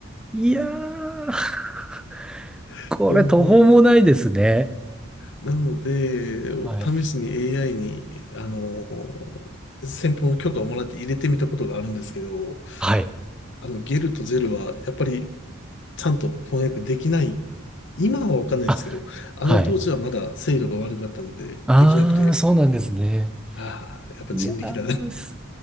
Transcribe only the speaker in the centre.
ー。いやー。
これ途方もないですね。
はい。
はい。
あ、
はい。ああ、
そうなんですね。
いやー、す、